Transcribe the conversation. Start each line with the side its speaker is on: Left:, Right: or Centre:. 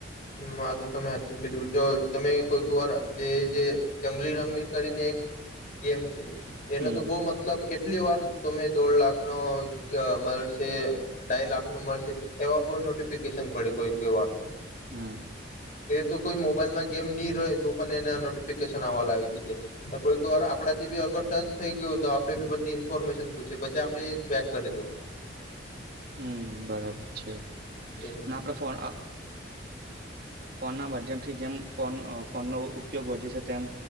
Left: હમ આ તો તમે હાચું કીધું જો તમે કોઈક વાર જે જે જંગલી રમી કરીને એક ગેમ છે. એનો
Right: હમ
Left: તો બો મતલબ કેટલી વાર તમેં દોઢ લાખનો મળશે ડાઈ લા નો મળશે એવા બઉ નોટિફિકેશન પડે કોઈ કોઈ વાર તો.
Right: હમ
Left: તો એ તો કોઈ મોબાઈલમાં ગેમ ની રોય તો પણ એને નોટ ફિકેશન આવા લાયુ કી તો કોઈ વાર આપડા થી અગર ટચ થઈ ગીઉ આપડી ભી બધી ઇન્ફોર્મેશન પૂછી પછી આપડે બેક કરી દઉ
Right: હમ બરાબર છે
Left: એજ ને
Right: <unintelligible> ફોન ફોન ના માધ્યમથી જેમ ફોન ફોનનો ઉપયોગ વધે છે તેમ